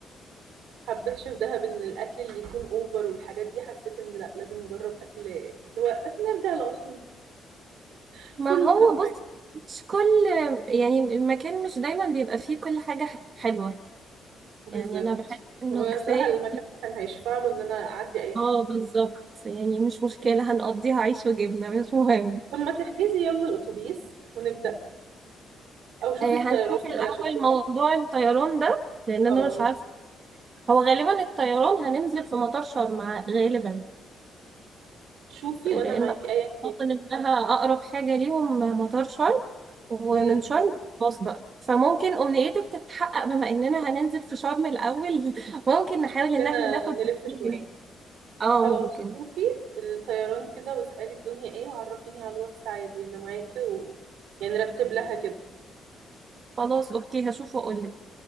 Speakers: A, on the right; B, on the right.
A: حبيتش في دهب ان الاكل اللي يكون اوفر والحاجات دي حسيت ان لا لازم نجرب اكل اللي هو نرجع لاصلا <laughs>
B: ما
A: فول وطعمية
B: هو بص مش كل يعني المكان مش دايما بيبقى فيه كل حاجة ح- حلوة
A: بالظبط
B: يعني أنا بحس إنه
A: وبصراحة
B: كفاية
A: المكان كان هيشفع له ان انا اعدي اي حاجة
B: اه بالظبط يعني مش مشكلة هنقضيها عيش وجبنة مش مهم
A: طب ما تحجزي يلا الاتوبيس ونبدأ او شوفي
B: آه
A: الطيران
B: هنشوف الأول
A: بلاش اتوبيس
B: موضوع الطيران ده لأن
A: او
B: أنا مش عارفة هو غالبا الطيران هننزل في مطار شرم ع- غالبا
A: شوفي
B: لأن
A: وانا معاكي ايا
B: أعتقد إنها أقرب حاجة ليهم مطار شرم ومن
A: كان
B: شرم خلاص بقى فممكن أمنيتك تتحقق بما إننا هننزل في شرم الأول <laughs> ممكن نحاول
A: مش كلنا
B: إن احنا ناخد
A: نلف شوية
B: جنيه اه
A: خلاص
B: ممكن
A: شوفي الطيران كده واسألي الدنيا ايه وعرفيني على الواتس عادي انا معاكي و... يعني رتب لها كده
B: خلاص أوكي هشوف وأقولك